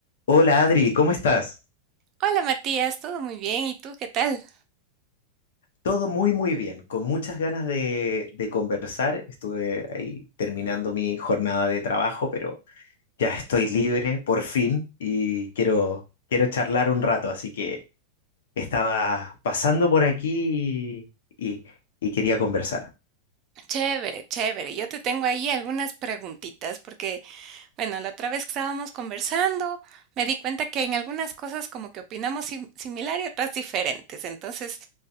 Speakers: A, on the left (about 75°); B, on the right (about 40°).
A: Hola Adri, ¿cómo estás?
B: Hola Matías, todo muy bien. ¿Y tú qué tal?
A: Todo muy muy bien, con muchas ganas de, de conversar. Estuve ahí terminando mi jornada de trabajo, pero ya estoy libre por fin y quiero, quiero charlar un rato, así que estaba pasando por aquí y, y quería conversar.
B: Chévere, chévere. Yo te tengo ahí algunas preguntitas porque, bueno, la otra vez que estábamos conversando, me di cuenta que en algunas cosas como que opinamos sim- similar y otras diferentes. Entonces,